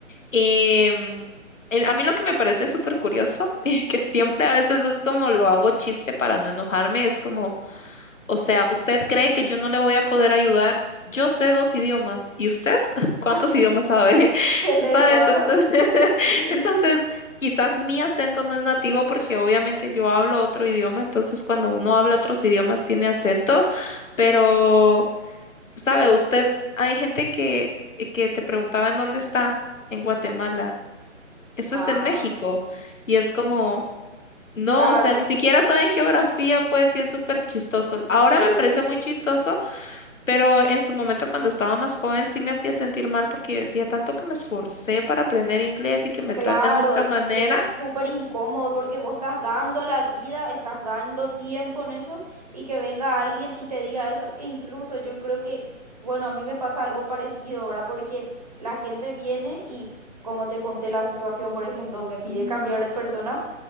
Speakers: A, on the left; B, on the right.
A: Y mm, el- a mí lo que me parece súper curioso <laughs> y que siempre a veces es como lo hago chiste para no enojarme, es como... O sea, ¿usted cree que yo no le voy a poder ayudar? Yo sé dos idiomas. ¿Y usted? <laughs> ¿Cuántos
B: <laughs>
A: idiomas sabe? <laughs>
B: <laughs> Tenés
A: ¿Sabes?
B: toda
A: Entonces,
B: la razón.
A: <laughs>
B: Sí.
A: entonces, quizás mi acento no es nativo porque obviamente yo hablo otro idioma. Entonces, cuando uno habla otros idiomas tiene acento. Pero, ¿sabe? Usted, hay gente que, que te preguntaba en dónde está, en Guatemala. Esto
B: Ah,
A: es en México. Y es como... No,
B: claro.
A: o sea, ni siquiera saben geografía, pues, y es súper chistoso. Ahora
B: Sí,
A: me parece muy chistoso, pero en su momento cuando estaba más joven sí me hacía sentir mal porque yo decía tanto que me esforcé para aprender inglés y que me
B: claro.
A: traten de esta manera.
B: Y es súper incómodo porque vos estás dando la vida, estás dando tiempo en eso y que venga alguien y te diga eso. Incluso yo creo que, bueno, a mí me pasa algo parecido ahora porque la gente viene y, como te conté la situación, por ejemplo, me pide
A: Ujú,
B: cambiar de persona